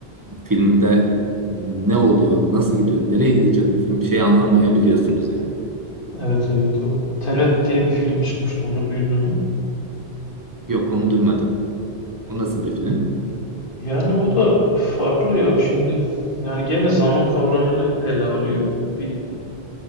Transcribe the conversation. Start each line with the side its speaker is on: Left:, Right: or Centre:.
Right: filmde ne oluyor, nasıl gidiyor, nereye gidecek bu film bir şey anlamayabiliyorsunuz yani.
Left: Evet evet o Tenet diye bir film çıkmıştı onu duydun mu?
Right: Yok onu duymadım. O nasıl bir film?
Left: Yani o da farklı ya şimdi. Yani gene zaman kavramını ele alıyor. Bir